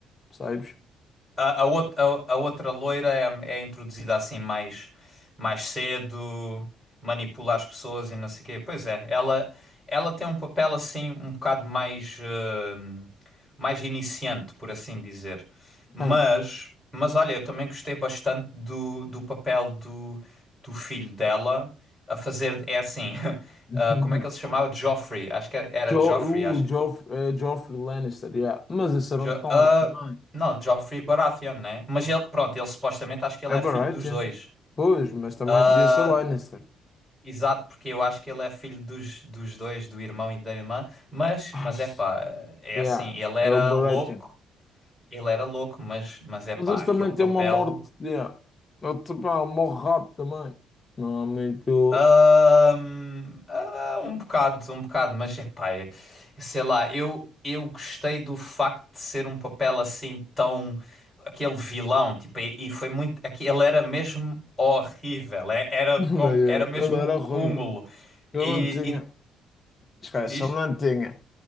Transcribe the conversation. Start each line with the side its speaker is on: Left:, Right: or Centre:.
Left: percebes?
Centre: A, a, out- a- a outra loira é, é introduzida assim mais, mais cedo, manipula as pessoas e não sei o quê. Pois é, ela, ela tem um papel assim um bocado mais, eh, mais iniciante, por assim dizer. Mas,
Left: Tem.
Centre: mas olha, eu também gostei bastante do, do papel do, do filho dela a fazer. É assim, <laughs>
Left: <laughs>
Centre: ah, como é que ele se chamava? Joffrey, acho que era, era
Left: Jo,
Centre: Joffrey,
Left: o
Centre: acho
Left: Joff, eh, Joffrey Lannister, yeah. Mas esse era
Centre: Jo-
Left: um Tom
Centre: ah,
Left: também.
Centre: não, Joffrey Baratheon, né? Mas ele, pronto, ele supostamente acho que ele
Left: É
Centre: é
Left: Baratheon.
Centre: filho dos dois.
Left: Pois, mas também
Centre: Ah,
Left: podia ser Lannister. <laughs>
Centre: exato, porque eu acho que ele é filho dos, dos dois, do irmão e da irmã. Mas,
Left: Ah,
Centre: mas é pá, é
Left: Yeah,
Centre: assim, ele era
Left: é o Baratheon.
Centre: louco, ele era louco, mas, mas é
Left: Mas
Centre: pá,
Left: esse
Centre: aquele
Left: também
Centre: papel.
Left: tem uma morte, yeah. Ele, tipo, ah, morre rápido também. Não, muito...
Centre: Ahm, ah, um bocado, um bocado, mas é pá, é- sei lá, eu, eu gostei do facto de ser um papel assim tão. aquele vilão, tipo, e, e foi muito. aqui- Ele era mesmo horrível, é- era,
Left: <laughs> Ele
Centre: como, era mesmo
Left: era
Centre: o cúmulo.
Left: horrível. Eu
Centre: E,
Left: não tinha.
Centre: e
Left: Esquece,
Centre: diz?
Left: ele não tinha